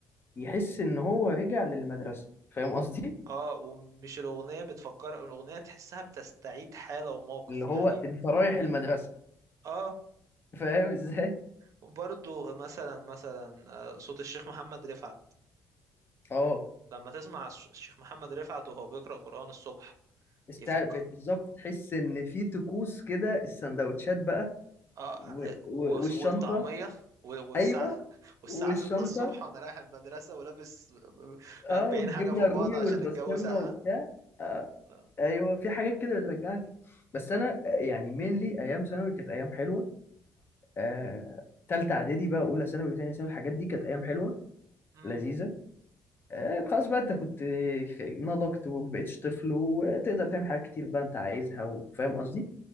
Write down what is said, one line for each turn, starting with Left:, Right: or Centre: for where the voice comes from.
Left: يحس ان هو رجع للمدرسه فاهم قصدي
Right: اه ومش الاغنية بتفكر الاغنية تحسها بتستعيد حالة وموقف
Left: اللي هو
Right: يعني
Left: انت رايح المدرسه
Right: اه
Left: <laughs> فاهم ازاي
Right: وبرضو مثلا مثلا آه، صوت الشيخ محمد رفعت
Left: اه
Right: لما تسمع الش- الشيخ محمد رفعت وهو بيقرأ قرآن الصبح
Left: استع-
Right: يفكر
Left: بت- بالظبط تحس ان في طقوس كده السندوتشات بقى
Right: آه
Left: و...
Right: آه، و-
Left: و... والشنطه
Right: والطعمية و- والساعة
Left: ايوه
Right: <laughs> والساعة
Left: والشنطه
Right: ستة الصبح وأنا رايح المدرسة ولابس أربعين
Left: اه والجبنه
Right: حاجة في
Left: الرومي
Right: بعض عشان
Left: والبسطرمه
Right: الجو ساقعة
Left: وبتاع آه
Right: آه،
Left: ايوه في حاجات كده بترجعك بس انا آه، يعني مينلي ايام ثانوي كانت ايام حلوه آه، تالتة إعدادي بقى أولى ثانوي تانية ثانوي الحاجات دي كانت أيام حلوة
Right: أمم
Left: لذيذة آه، خلاص بقى أنت كنت نضجت ومبقتش طفل وتقدر تعمل حاجات كتير بقى أنت عايزها وفاهم قصدي